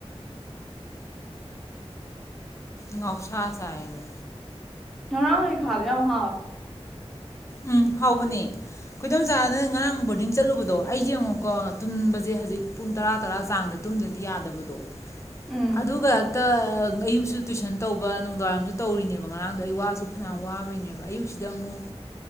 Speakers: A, on the left (about 25°); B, in the centre.
A: ꯉꯣꯛꯁꯥ ꯁꯥꯦꯕ
B: ꯉꯔꯥꯡ ꯍꯩꯈꯥꯗꯦ ꯌꯥꯝ ꯍꯥꯥꯎ ꯋꯦ
A: ꯎꯝ ꯍꯥꯎꯕꯅꯦ ꯈꯨꯗꯝꯆꯥꯥꯔꯗꯅ ꯉꯔꯥꯡ ꯕꯣꯔꯗꯤꯡ ꯆꯠꯂꯨꯕꯗꯣ ꯑꯩꯁꯦ ꯑꯃꯉꯨꯛꯀꯣ ꯇꯨꯝꯕꯁꯦ ꯍꯧꯖꯤꯛ ꯄꯨꯡ ꯇꯔꯥ ꯇꯔꯥ ꯆꯥꯡꯗ ꯇꯨꯝꯗꯗꯤ ꯌꯥꯗꯕꯗꯣ
B: ꯎꯝ
A: ꯑꯗꯨꯒ ꯑ ꯑꯌꯨꯛꯁꯨ ꯇꯨꯏꯁꯟ ꯇꯧꯕ ꯅꯨꯡꯗꯥꯡꯏꯝꯁꯨ ꯇꯧꯔꯤꯅꯦꯕ ꯉꯔꯥꯡꯗꯣ ꯑꯩ ꯋꯥꯁꯨ ꯐꯅꯌꯥꯝ ꯋꯥꯕꯩꯅꯦꯕ ꯑꯌꯨꯛꯁꯤꯗ ꯑꯃꯨꯛ